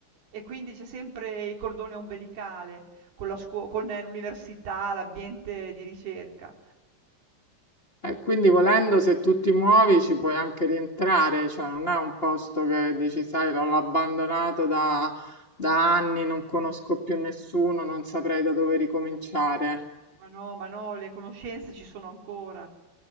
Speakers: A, on the right (about 60°); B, on the left (about 85°).
A: e quindi c'è sempre il cordone ombelicale con la scuo- con eh, l'università, l'ambiente di ricerca.
B: Eh, quindi volendo,
A: Eh,
B: se tu ti muovi ci puoi anche rientrare, cioè non è un posto che dici, sai, l'ho l'ho abbandonato da, da anni, non conosco più nessuno, non saprei da dove ricominciare.
A: Ma no, ma no, le conoscenze ci sono ancora,